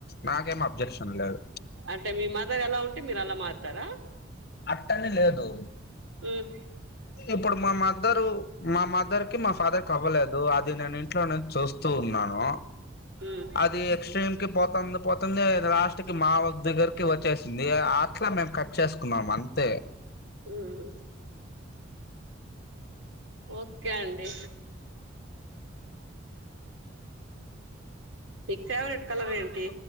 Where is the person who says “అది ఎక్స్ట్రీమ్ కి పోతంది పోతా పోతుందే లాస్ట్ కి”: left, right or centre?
Left